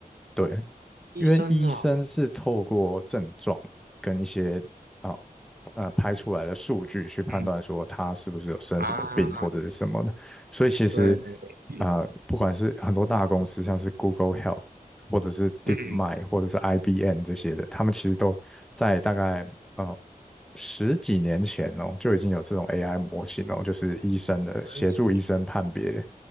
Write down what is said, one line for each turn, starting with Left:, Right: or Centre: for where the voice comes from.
Centre: 对，
Right: 医生哦，
Centre: 因为医生是透过症状跟一些啊呃拍出来的数据去判断说他是不是有生什么病或者是什么的，
Right: 嗯啊，
Centre: 所以其实
Right: 对对对，
Centre: 啊、呃不管是很多大公司，像是 Google Health 或者是 DeepMind
Right: 嗯，<laughs>
Centre: 或者是 IBM 这些的，他们其实都在大概呃十几年前哦就已经有这种 AI 模型哦，就是医生的协助医生判别
Right: 真是